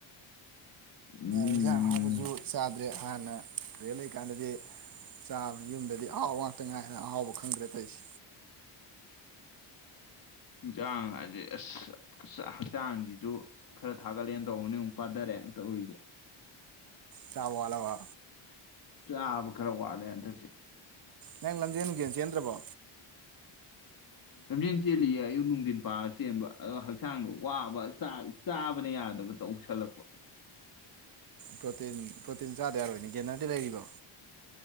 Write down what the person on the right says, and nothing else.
ꯏꯟꯁꯥꯡ ꯍꯥꯞꯄꯁꯨ ꯆꯥꯗ ꯇꯦ ꯍꯥꯟꯅ ꯇꯨꯔꯦ ꯂꯩꯀꯥꯟꯗꯗꯤ ꯆꯥꯕꯅꯤ ꯌꯨꯝꯗꯗꯤ ꯑꯍꯥꯎꯕ ꯉꯥꯛꯇ ꯉꯥꯏꯗꯅ ꯑꯍꯥꯎꯕ ꯈꯪꯗ꯭ꯔꯦ ꯇꯩꯁꯦ
ꯆꯥꯕꯣ ꯑꯂꯋꯥ
ꯅꯪ ꯂꯝꯖꯦꯟꯒꯦꯟ ꯆꯦꯟꯗ꯭ꯔꯕꯣ
ꯄ꯭ꯔꯣꯇꯤꯟ ꯄ꯭ꯔꯣꯇꯤꯟ ꯆꯥꯗ ꯌꯥꯔꯣꯏꯅꯦ ꯒꯦꯅꯔꯗꯤ ꯂꯩ꯭ꯔꯣ